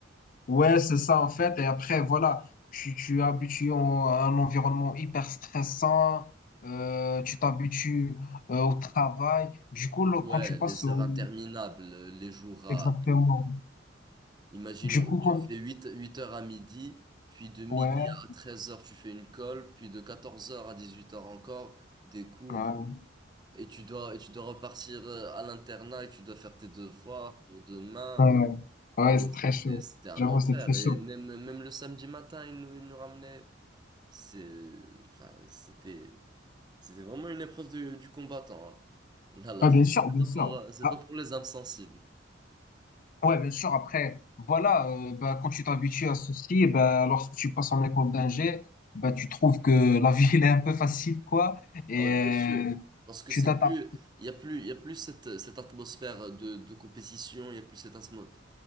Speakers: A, on the left; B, on the right.
A: Ouais, c'est ça, en fait. Et après, voilà, tu, tu es habitué en- à un environnement hyper stressant, euh, tu t'habitues euh, au travail. Du coup, là,
B: Ouais,
A: quand tu passes
B: les
A: au,
B: heures interminables, les jours à...
A: Exactement.
B: Imaginons,
A: Du coup,
B: tu
A: comme-
B: fais huit huit heures à midi, puis de midi
A: ouais,
B: à 13 heures, tu fais une colle, puis de 14 heures à 18 heures encore, des cours,
A: ouais,
B: et tu dois, et tu dois repartir euh, à l'internat, et tu dois faire tes devoirs pour demain.
A: ouais, ouais,
B: Ah ouais,
A: c'est
B: c'était,
A: très chaud.
B: c'était un
A: J'avoue,
B: enfer.
A: c'est très chaud.
B: Et même, même le samedi matin, ils nous, ils nous ramenaient C'est, enfin, c'était, c'était vraiment une épreuve du du combattant. hein. Là, la
A: Ah,
B: vraie-
A: bien sûr, bien
B: c'est
A: sûr.
B: pas pour, euh, c'est
A: Ah,
B: pas pour les âmes sensibles.
A: ouais, bien sûr. Après, voilà, euh, bah, quand tu t'habitues à ceci, eh bah, lorsque tu passes en école d'ingé, bah, tu trouves que la vie, <laughs> elle est un peu facile, quoi. Et
B: Ah ouais, bien sûr.
A: euh,
B: Parce que
A: tu
B: c'est
A: t'adaptes.
B: plus, il y a plus, il y a plus cette, cette atmosphère de, de compétition, il y a plus cette atmosphère.